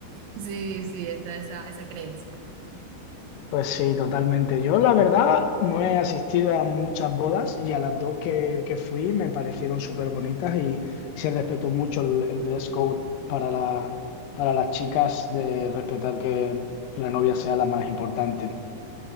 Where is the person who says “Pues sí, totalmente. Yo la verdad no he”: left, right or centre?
Left